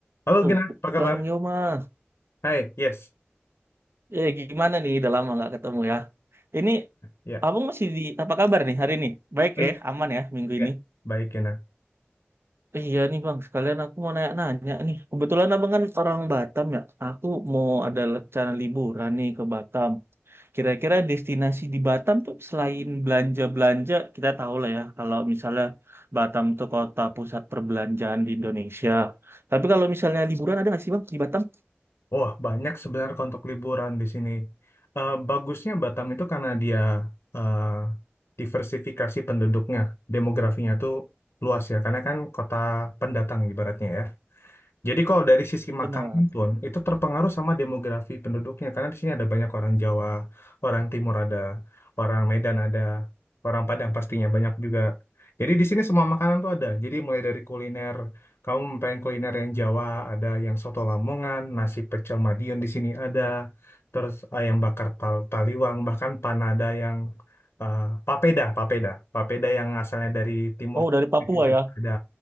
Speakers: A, on the left (about 80°); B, on the right (about 65°).
A: Halo
B: Tuh,
A: Gina, apa kabar?
B: Bang Yoma.
A: Hai, yes.
B: Eh, gimana nih? Udah lama nggak ketemu ya. Ini,
A: Ya,
B: abang masih di, apa kabar nih hari ini? Baik
A: baik.
B: ya, aman ya minggu
A: Ya,
B: ini.
A: baik Gina.
B: Eh, Iya nih Bang, sekalian aku mau nanya-nanya nih. Kebetulan abang kan orang Batam ya. Aku mau ada rencana liburan nih ke Batam. Kira-kira destinasi di Batam tuh selain belanja-belanja, kita tahu lah ya. Kalau misalnya Batam tuh kota pusat perbelanjaan di Indonesia. Tapi kalau misalnya liburan ada nggak sih Bang di Batam?
A: Wah, banyak sebenarnya untuk liburan di sini. Eh, bagusnya Batam itu karena dia eh, diversifikasi penduduknya, demografinya tuh luas ya, karena kan kota pendatang ibaratnya ya. Jadi kalau dari sisi
B: Benar.
A: makanan pun itu terpengaruh sama demografi penduduknya karena di sini ada banyak orang Jawa, orang Timur ada, orang Medan ada, orang Padang pastinya banyak juga. Jadi di sini semua makanan tuh ada. Jadi mulai dari kuliner, kamu pengen kuliner yang Jawa ada, yang soto Lamongan, nasi pecel Madiun di sini ada, terus ayam bakar tal- Taliwang, bahkan panada yang eh, papeda, papeda, papeda yang asalnya dari timur
B: Oh, dari Papua
A: juga
B: ya.
A: ada.